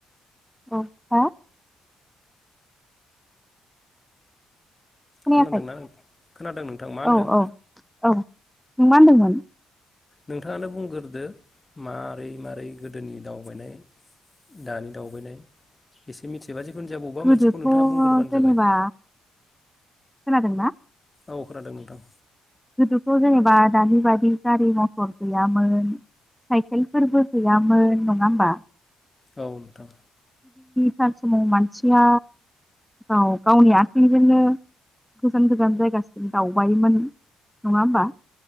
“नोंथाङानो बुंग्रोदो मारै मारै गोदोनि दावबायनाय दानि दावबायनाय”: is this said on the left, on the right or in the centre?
Left